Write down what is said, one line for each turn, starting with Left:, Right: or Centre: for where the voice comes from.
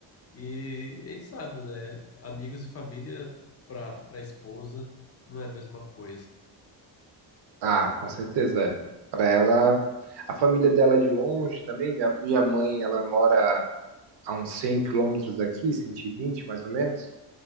Left: E a gente sabe, né? Amigos e família para para esposa não é a mesma coisa.
Right: Ah, com certeza, é. Para ela, a família dela é de longe também. Minha, minha mãe, ela mora a uns 100 quilômetros daqui, 120, mais ou menos,